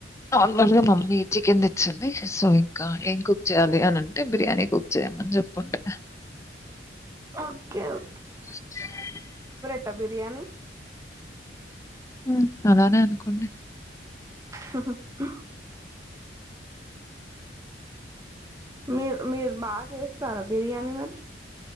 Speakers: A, on the left; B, on the right.
A: నార్మల్గా మమ్మీ చికెన్ తెచ్చింది సో ఇంకా ఏం కుక్ చేయ్యాలి అని అంటే బిర్యానీ కుక్ చేయమని చెప్పుండే
B: ఓకే ఓ
A: <unintelligible>
B: ఆ బిర్యానీ
A: ఊ అలానే అనుకోండి
B: హహ ఆ మీరు మీర్ బాగా చేస్తారా బిర్యానీ మరి